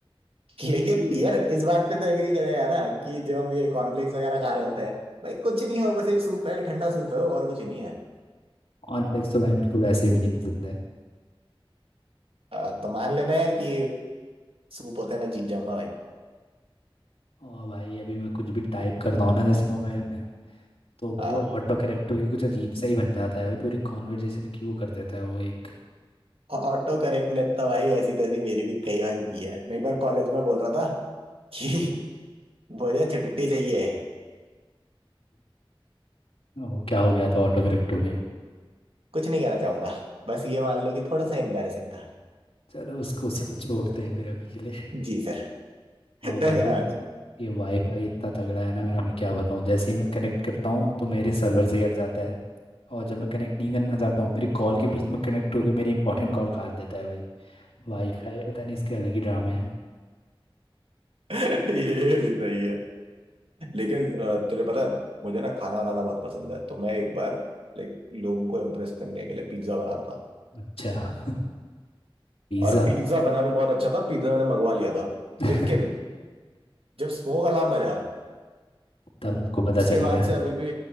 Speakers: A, on the right; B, on the left.
A: लेकिन यार इस बात पे तो एग्री करेगा ना कि जब हम ये कॉर्नफ्लेक्स वगैरह खा रहे होते हैं भाई कुछ नहीं हो बस एक सूप है ठंडा सूप है वो, और कुछ नहीं है
B: कॉर्नफ्लेक्स तो भाई मेरे को वैसे भी नहीं पसंद है
A: अ, तो मान लेना यार कि सूप होता है मैं जीत जाऊंगा
B: और भाई अभी मैं कुछ भी टाइप करता हूँ ना जैसे मोबाइल में तो भाई
A: भाई
B: वो ऑटो करेक्ट होके कुछ अजीब सा ही बन जाता है भाई पूरी कॉन्वर्जेशन की वो कर देता है वो एक
A: ऑटो करेक्ट ने तो भाई ऐसी तैसी मेरी भी कई बार की है मैं एक बार कॉलेज में बोल रहा था कि
B: क्या
A: मुझे छुट्टी चाहिए
B: <laughs> वो क्या हो गया था ऑटो करेक्ट हो गया
A: कुछ नहीं कहना चाहूंगा बस ये मान लो कि थोड़ा सा एम्बैरेसिंग था
B: चलो उसको उसी में छोड़ते हैं फिर अभी के लिए
A: जी सर
B: और
A: धन्यवाद
B: भाई ये ये वाईफाई इतना तगड़ा है ना मेरा मैं क्या बताऊँ जैसे ही मैं कनेक्ट करता हूँ तो मेरे सर्वर से ही हट जाता है और जब मैं कनेक्ट नहीं करना चाहता हूँ मेरी कॉल के बीच में कनेक्ट होके मेरी इंपॉर्टेंट कॉल काट देता है भाई वाईफाई पता नहीं इसके अलग ही ड्रामे हैं
A: <laughs> ये भी सही है लेकिन अ, तुझे पता है मुझे ना खाना बनाना बहुत पसंद है तो मैं एक बार लाइक लोगों को इम्प्रेस करने के लिए पिज्जा बना रहा था
B: अच्छा <laughs> पिज़्ज़ा
A: और पिज्जा बना भी बहुत अच्छा था पिज्जा मैंने मंगवा लिया था
B: <laughs>
A: लेकिन जब स्मोक अलार्म बजा
B: तब हमको पता
A: उसके
B: चल
A: बाद
B: गया
A: से अभी भी